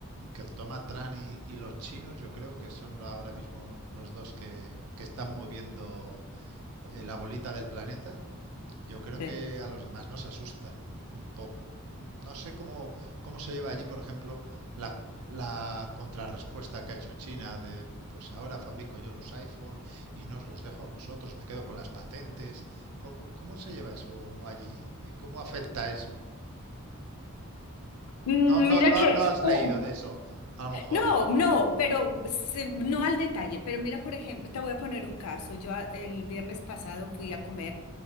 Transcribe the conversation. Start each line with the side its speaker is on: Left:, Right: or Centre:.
Right: que toma Trump y, y, los chinos, yo creo que son lo- ahora mismo los dos que, que están moviendo eh, la bolita del planeta. Yo creo
Left: sí.
Right: que a los demás nos asustan un poco. No sé cómo, cómo se lleva allí, por ejemplo, la, la contrarrespuesta que ha hecho China de, pues ahora fabrico yo los iPhone y no os los dejo a vosotros, me quedo con las patentes. ¿Cómo, cómo se lleva eso allí? ¿Y cómo afecta eso?
Left: Mm,
Right: No, no,
Left: Mira
Right: no,
Left: que,
Right: no has
Left: uh,
Right: leído de eso, a lo mejor.
Left: No, no, pero se- no al detalle, pero mira, por ejemplo, te voy a poner un caso. Yo a- el viernes pasado fui a comer,